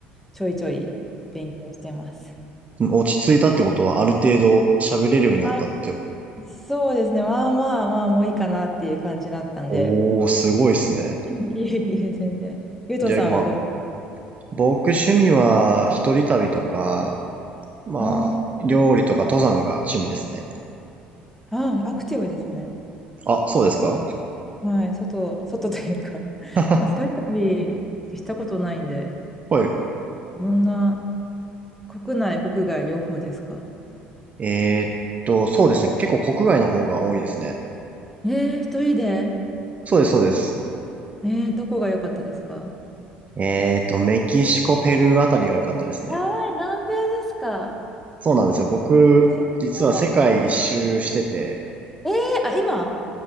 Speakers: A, in the centre; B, on the right (about 25°).
A: ちょいちょい勉強してます。
B: 落ち着いたってことはある程度喋れるようになったって。
A: あ、そうですね。まあまあまあ、もういいかなっていう感じだったんで。
B: おー、すごいですね。
A: <laughs> いえいえ、全然。ゆうとさんはどうです
B: じゃあ今、僕趣味は一人旅とか、まあ、
A: かうーん。
B: 料理とか登山が趣味ですね。
A: ああ、アクティブですね。
B: あ、そうですか
A: はい。外、外というか。
B: <laughs>
A: <laughs> 一人旅ってしたことないんで、
B: はい。
A: どんな、国内、国外両方ですか
B: えーっと、そうですね。結構国外の方が多いですね。
A: えー、一人で
B: そうです、そうです。
A: えー、どこが良かったですか
B: えっと、メキシコ、ペルーあたりが良かったですね。
A: やばい、南米ですか
B: そうなんですよ。僕、
A: すごい。
B: 実は世界一周してて、
A: えー、あ、今